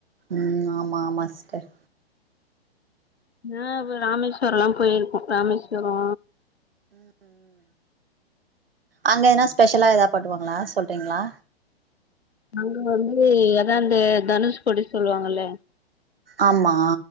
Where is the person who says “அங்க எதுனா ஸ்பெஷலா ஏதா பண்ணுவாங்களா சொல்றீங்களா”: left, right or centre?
Right